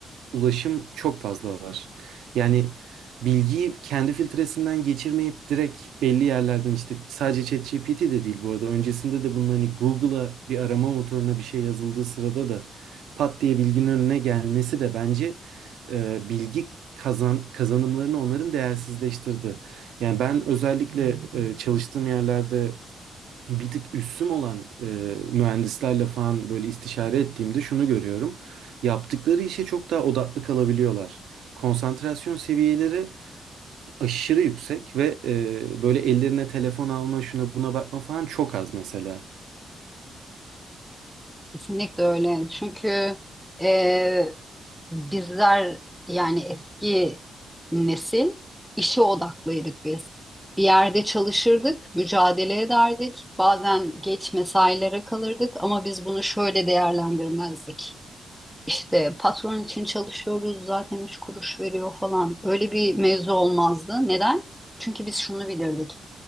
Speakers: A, on the right; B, in the centre.
A: ulaşım çok fazla var. Yani bilgiyi kendi filtresinden geçirmeyip direkt belli yerlerden işte sadece ChatGPT de değil bu arada öncesinde de bunun hani Google'a bir arama motoruna bir şey yazıldığı sırada da pat diye bilginin önüne gelmesi de bence e, bilgi kazan kazanımlarını onların değersizleştirdi. Yani ben özellikle e, çalıştığım yerlerde bir tık üssüm olan e, mühendislerle falan böyle istişare ettiğimde şunu görüyorum. Yaptıkları işe çok daha odaklı kalabiliyorlar. Konsantrasyon seviyeleri aşırı yüksek ve e, böyle ellerine telefon alma, şuna buna bakma falan çok az mesela.
B: Kesinlikle öyle. Çünkü e, bizler yani eski nesil işe odaklıydık biz. Bir yerde çalışırdık, mücadele ederdik. Bazen geç mesailere kalırdık ama biz bunu şöyle değerlendirmezdik. İşte patron için çalışıyoruz zaten üç kuruş veriyor falan. Öyle bir mevzu olmazdı. Neden? Çünkü biz şunu bilirdik.